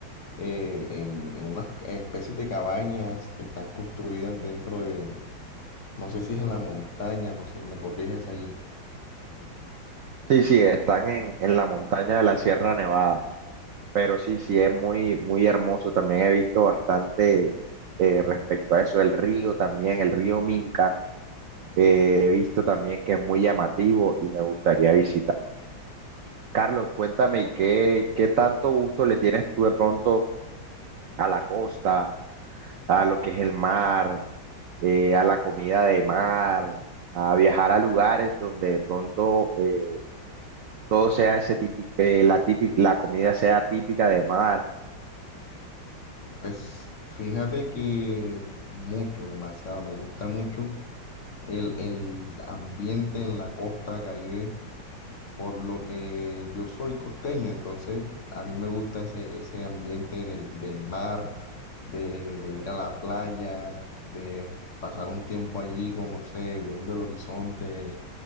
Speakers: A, on the left; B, on the right.
A: eh, en, en unas ca- especies de cabañas que están construidas dentro de, no sé si es en la montaña, no sé, me corriges ahí.
B: Sí, sí, están en, en la montaña de la Sierra Nevada, pero sí, sí, es muy, muy hermoso. También he visto bastante eh, respecto a eso, el río también, el río Minca, eh, he visto también que es muy llamativo y me gustaría visitar. Carlos, cuéntame, ¿qué, qué tanto gusto le tienes tú de pronto a la costa, a lo que es el mar, eh, a la comida de mar, a viajar a lugares donde de pronto eh, todo sea ese típico, la típica, la comida sea típica de mar?
A: Pues fíjate que mucho, demasiado, me gusta mucho. el, el ambiente en la costa Caribe, por lo que yo soy costeño, entonces a mí me gusta ese, ese ambiente en el, del mar, de, de ir a la playa, de pasar un tiempo allí, con, no sé, viendo el horizonte,